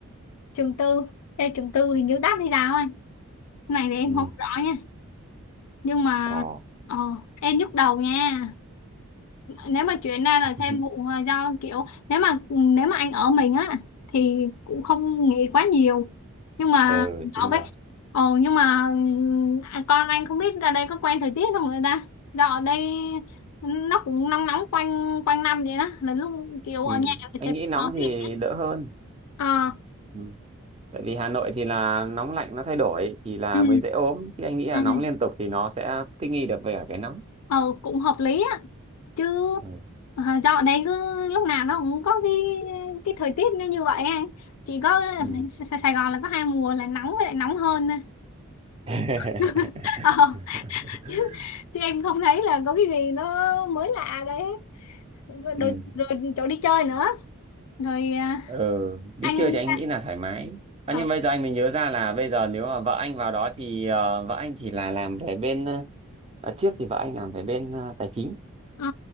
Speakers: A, on the left; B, on the right.
A: trường tư, Ê, trường tư hình như đắt hay sao ấy. Này thì em
B: Ừ.
A: không rõ nha, nhưng mà
B: Ồ.
A: ờ, em nhức đầu nha. nếu mà chuyển ra là
B: <laughs>
A: thêm vụ ờ, do kiểu nếu mà nếu mà anh ở mình á thì cũng không nghĩ quá nhiều nhưng mà
B: Ừ,
A: ở
B: đúng
A: với
B: rồi.
A: ồ nhưng mà ừm, à, con anh không biết ra đây có quen thời tiết không người ta do ở đây nó cũng nóng nóng quanh quanh năm vậy đó là lúc kiểu
B: Ừ.
A: ở nhà thì
B: Anh
A: sẽ
B: nghĩ
A: phải
B: nóng
A: có
B: thì
A: cái-
B: đỡ hơn.
A: ờ
B: Ừ. Tại vì Hà Nội thì là nóng lạnh nó thay đổi thì là
A: ừ
B: mới dễ ốm. Chứ anh nghĩ là
A: ừ
B: nóng liên tục thì nó sẽ thích nghi được với cả cái nóng.
A: ờ cũng hợp lý á chứ
B: Ừ.
A: ờ, dạo đấy cứ lúc nào nó cũng có cái cái thời tiết nó như vậy anh chỉ có
B: Ừ.
A: Sài Sài Gòn là có hai mùa là nóng với lại nóng hơn thôi.
B: <laughs>
A: <laughs> ờ, chứ, chứ em không thấy là có cái gì nó mới lạ đấy rồi,
B: ừ.
A: rồi, rồi chỗ đi chơi nữa rồi à,
B: ừ đi
A: anh
B: chơi thì anh
A: à,
B: nghĩ là thoải mái à,
A: ờ,
B: nhưng bây giờ anh mới nhớ ra là bây giờ nếu mà vợ anh vào đó thì ờ, vợ anh thì là làm về bên ờ, à, trước thì vợ anh làm về bên ờ, tài chính
A: ờ,